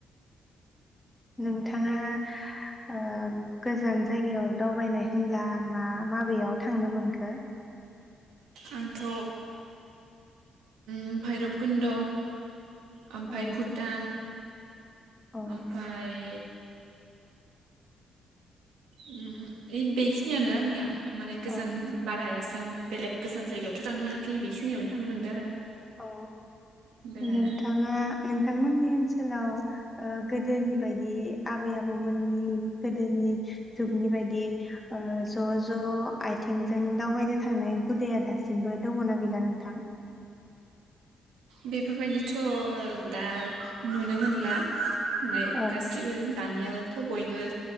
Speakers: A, on the left; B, on the right.
A: नोंथाङा ओ गोजान जायगायाव दावबायनाय होनब्ला मा माबायाव थांनो मोनखो?
B: आंथ' भैरब कुन्द' ओमफ्राय
A: औ
B: भुटान
A: औ
B: ओमफ्राय उम ओ बेखिनियानो आंनिया माने गोजान
A: औ
B: बाराय एसां बेलेग गोजान जायगायावथ थांनो मोनाखै बेखिनियावनो थांनो मोनदों आरो आं।
A: अ
B: बेरायना
A: नोंथाङा नों नोंथांमोननि ओनसोलाव ओ गोदोनि बायदि आबै आबौमोननि गोदोनि जुगनि बायदि ओ ज' ज' आथिंजों दावबायनो थांनाय गुदाया दासिमबो दङना गैला नोंथां?
B: बेफोरबायदिथ' दा नुनो मोनला <unintelligible>
A: औ
B: गासिबो दानिया बा थ' बयबो